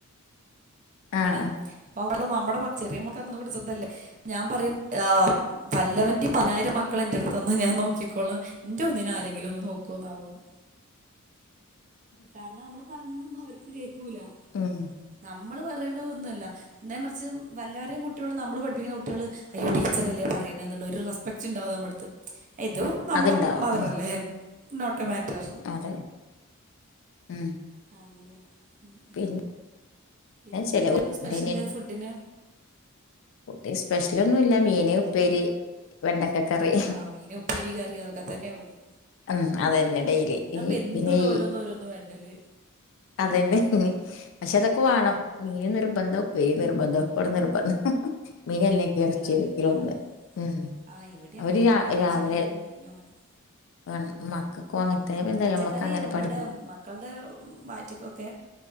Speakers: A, on the left; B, on the right.
A: ആഹ്
B: ക്കാണ് അപ്പൊ <unintelligible> നമ്മുടെ ചെറിയ മക്കന്നും കൂടി ശുദ്ല്ലേ ഞാൻ പറയും ആഹ് വല്ലവന്റെയും പതിനായിരം മക്കൾ എന്റെ അടുത്ത് തന്ന ഞാൻ നോക്കിക്കോളാം എൻ്റെ ഒന്നിനെ ആരെങ്കിലും ഒന്ന് നോക്കോന്നാവോന്ന് കാരണം നമ്മള് പറയുന്നൊന്നും അവർക്ക് കേക്കൂല
A: ഉം
B: നമ്മള് പറയ്ണതൊന്നല്ല ന്നേ മറിച്ച് വല്ലവരെയും കുട്ടികളും നമ്മള് പഠിപ്പിക്കുന്ന കുട്ടികള് അയ്യോ ടീച്ചർ അല്ലേ പറയുന്ന എന്ന്ള്ളരു റെസ് പക്ച്ച് ഉണ്ടാവും നമ്മുടെ അടുത്ത് ഇത് നമ്മളെ
A: അതുണ്ടാവും
B: മതറ
A: ഉം
B: അല്ലേ നോട്ട് എ മാറ്റർ
A: അതെ ഉം
B: ആഹ് അങ്ങനെയ ഉം
A: പിന്നെ
B: പിന്നെ
A: ചില
B: എന്തായിരുന്നു സ്പെഷ്യല്
A: എന്റെ
B: ഫുഡിന്
A: കുട്ടി സ്പെഷ്യല് ഒന്നുല്ല മീന്
B: ഇന്ന്
A: ഉപ്പേരി വെണ്ടക്കക്കറി
B: ആഹ് മീന് ഉപ്പേരി കറി അതൊക്കെ തന്നെ ഇവടിം
A: ഉം അതന്നെ ഡെയിലി
B: എന്നപ്പ
A: ഈ
B: എന്ന്
A: പിന്നെ
B: ദോരോന്ന്
A: ഈ
B: ഓരോന്ന് വേണ്ട ലേ
A: അതന്നെ പക്ഷെ അതൊക്കെ വാണം നി നിർബന്ധം ഉപ്പേരി നിർബന്ധം <unintelligible> നിർബന്ധം മീനെല്ലങ്കി
B: വേണല്ലേ
A: എർച്ചി ഏതെങ്കിലും
B: ആഹ്
A: ഒന്ന്
B: ആഹ്
A: ഉം
B: ആഹ് ഇവിടി
A: അവര്
B: അങ്ങൻ തന്നെ
A: രാ
B: എർച്ചിയോ
A: രാവിലെ
B: അല്ലെങ്കിൽ മീനോ വേണം
A: വേണം മക്കൾക്കും
B: ഉം
A: അങ്ങനത്തെ എന്താ
B: പച്ചക്കറി
A: നമ്മക്ക് അങ്ങനെ
B: ഇവടെ
A: പഠിക്കും
B: മക്കളുടെ വയറ്റ്ക്കൊക്കെ